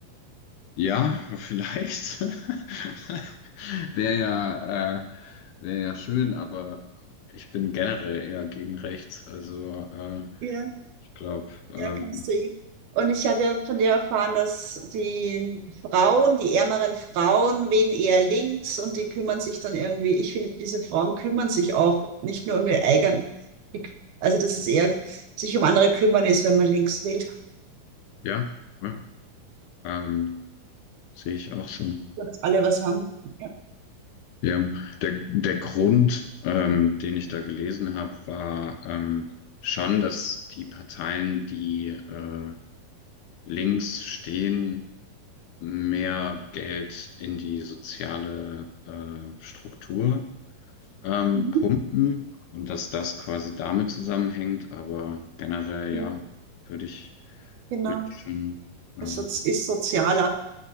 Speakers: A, on the left; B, on the right.
A: ja, <laughs> vielleicht. <laughs> Wäre ja, äh, wäre ja schön, aber ich bin generell eher gegen rechts. Also äh,
B: Ja.
A: ich glaube, ähm,
B: Ja, kannst du ihn. Und ich habe ja von dir erfahren, dass die Frauen, die ärmeren Frauen, wählen eher links und die kümmern sich dann irgendwie. Ich finde, diese Frauen kümmern sich auch nicht nur um ihr eigen. die- Also, dass es eher sich um andere kümmern ist, wenn man links wählt.
A: ja, ja, ähm, sehe ich auch so.
B: So, dass alle was haben. Ja.
A: Ja, der, der Grund, ähm, den ich da gelesen habe, war ähm, schon, dass die Parteien, die äh, links stehen, mehr Geld in die soziale äh, Struktur ähm,
B: Mhm.
A: pumpen und dass das quasi damit zusammenhängt. Aber generell,
B: Ja,
A: ja, würde ich,
B: genau.
A: würde ich schon, ähm,
B: Also, es ist sozialer.